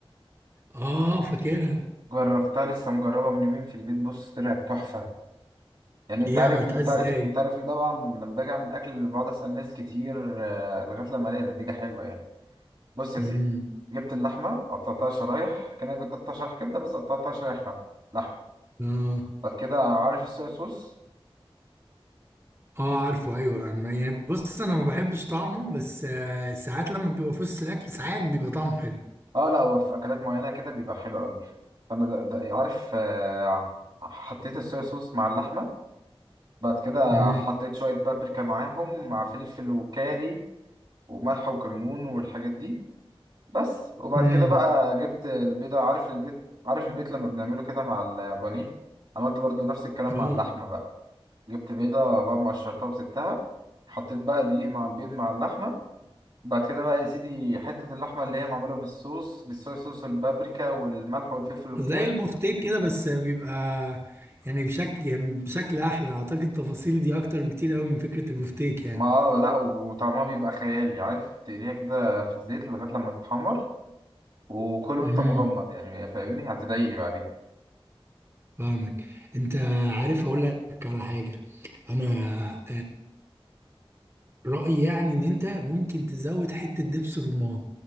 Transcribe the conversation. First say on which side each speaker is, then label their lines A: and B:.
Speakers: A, on the right (about 30°); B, on the right (about 55°).
A: اه فاكرها
B: جربتها لسه مجربة من يومين في البيت بص طلعت تحفة يعني انت
A: ايه
B: عارف
A: عملتها
B: انت
A: ازاي
B: عارف انت عارف طبعا لما باجي اعمل اكل بقعد اسال ناس كتير آه، لغايه لما الاقي نتيجه حلوه يعني بص يا
A: امم
B: سيدي جبت اللحمه قطعتها شرايح كانك بتقطع شرايح كبده بس قطعتها شرايح لحمه
A: اه
B: بعد كده عارف الصويا صوص
A: اه عارفه ايوه أنا- يعني بص انا ما بحبش طعمه بس آه ساعات لما بيبقى في وسط الاكل ساعات بيبقى طعمه حلو
B: اه لا هو في اكلات معينه كده بيبقى حلو قوي فانا ده ده عارف آه، حطيت الصويا صوص مع اللحمه بعد كده
A: امم
B: حطيت شويه بابريكا معاهم مع فلفل وكاري وملح وكمون والحاجات دي بس وبعد
A: امم
B: كده بقى جبت البيضه عارف البيض عارف البيت لما بنعمله كده مع البانيه عملت برضو نفس الكلام
A: اه
B: مع اللحمه بقى جبت بيضه بعد ما قشرتها وسبتها حطيت بقى دقيق مع البيض مع اللحمه بعد كده بقى يا سيدي حتة اللحمة اللي هي معمولة بالصوص بالصويا صوص والبابريكا والملح والفلفل والكاري
A: زي البفتيك كده بس بيبقى يعني بشكل يعني بشكل احلى اعتقد التفاصيل دي اكتر بكتير قوي من فكرة البفتيك يعني
B: ما آه، لا و- وطعمها بيبقى خيالي عارف تقليها كده في الزيت لغاية لما تتحمر وكل وانت
A: امم
B: مغمض يعني فاهمني هتدعيلي بعديها
A: فاهمك انت عارف اقول لك على حاجة انا رأيي يعني ان انت ممكن تزود حتة دبس رمان